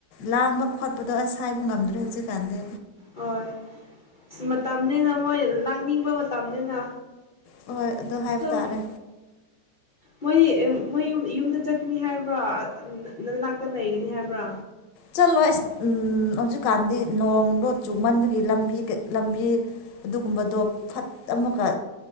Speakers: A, on the left (about 80°); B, on the left (about 55°).
A: ꯂꯥꯡꯕ ꯈꯣꯠꯄꯗꯣ ꯑꯁ ꯍꯥꯏꯕ ꯉꯝꯗ꯭ꯔꯦ ꯍꯧꯖꯤꯛꯀꯥꯟꯗꯤ
B: ꯍꯣꯏ ꯃꯇꯝꯅꯤꯅ ꯃꯣꯏ ꯂꯥꯡꯅꯤꯡꯕ ꯃꯇꯝꯅꯤꯅ
A: ꯍꯣꯏ ꯑꯗꯨ ꯍꯥꯏꯕ
B: ꯑꯗꯨꯝ
A: ꯇꯥꯔꯦ
B: ꯃꯣꯏꯗꯤ ꯃꯣꯏ ꯌꯨꯝꯗ ꯆꯠꯀꯅꯤ ꯍꯥꯏꯕ꯭ꯔꯣ ꯅꯅꯥꯛꯇ ꯂꯩꯒꯅꯤ ꯍꯥꯏꯕ꯭ꯔꯣ
A: ꯆꯠꯂꯣꯏ ꯑꯁ ꯎꯝ ꯍꯧꯖꯤꯛꯀꯥꯟꯗꯤ ꯅꯣꯡꯗꯣ ꯆꯨ ꯃꯟꯕꯒꯤ ꯂꯝꯕꯤ ꯂꯝꯕꯤ ꯑꯗꯨꯒꯨꯝꯕꯗꯣ ꯐꯠ ꯑꯃꯨꯛꯀ